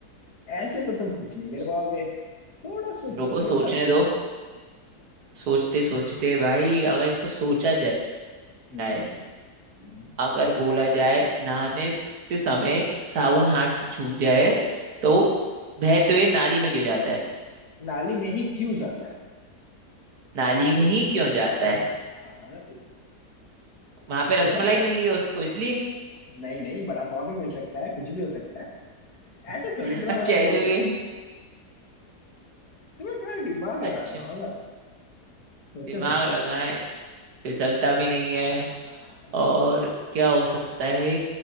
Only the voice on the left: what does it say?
ऐसे तो तुम कुछ नहीं कर
पाओगे थोड़ा सोचो
थोड़ा
सोचो
हम्म हम्म।
नाली में ही क्यों जाता है
सोचो
हाँ हाँ
थोड़ा
है
नहीं नहीं बड़ा पाव भी मिल सकता है कुछ भी हो सकता है ऐसे
थोड़ी तुम्हें
पता
चलेगा
तुम्हें थोड़ा दिमाग
लगाना होगा सोचो
सोचो
हाँ,